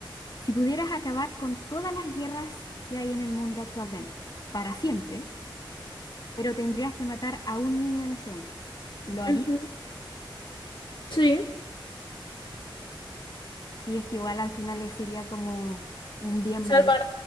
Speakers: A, on the left; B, on the left.
A: Si pudieras acabar con todas las guerras que hay en el mundo actualmente, para siempre, Pero tendrías que matar a un niño inocente. ¿Lo harías?
B: Ujú, ujú. Sí.
A: Sí, es que igual al final le sería como un bien
B: Salvar.
A: mayor.